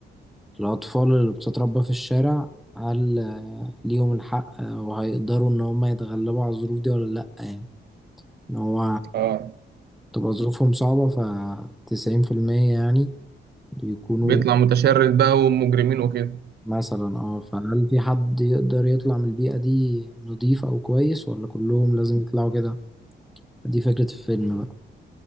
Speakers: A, in the centre; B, on the right (about 60°).
A: الأطفال اللي بتتربى في الشارع هل آه، ليهم الحق آه، وهيقدروا إن هما يتغلبوا على الظروف دي ولا لأ يعني إن هو
B: اه
A: تبقى ظروفهم صعبة فتسعين في المية يعني بيكونوا
B: بيطلع متشرد بقى ومجرمين وكده
A: مثلا اه فهل في حد يقدر يطلع من البيئة دي نضيف أو كويس ولا كلهم لازم يطلعوا كده دي فكرة الفيلم بقى